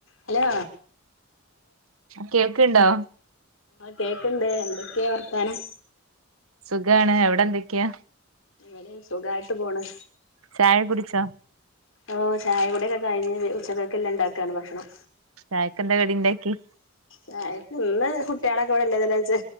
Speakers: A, on the left (about 65°); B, on the right (about 85°).
A: Hello
B: കേൾക്ക്ണ്ടോ
A: ആ കേക്കണ്ട് എന്തൊക്കെയാ വർത്താനം?
B: സുഖാണ് എവിടെ എന്തൊക്കെയാ?
A: ഇവടെയും സുഖായിട്ട് പോണ്
B: ചായ കുടിച്ചോ?
A: ഓ ചായ കൂടിയൊക്കെ കഴിഞ്ഞ് ഉച്ചക്കൊക്കെല്ല ഉണ്ടാക്കാണ് ഭക്ഷണം
B: ചായെക്കെന്താ കടി ഇണ്ടാക്കി?
A: ചായക്ക് ഇന്ന് കുട്ടികളൊക്കെ ഇവിടെ ഇല്ലതല്ലെ വെച്ച്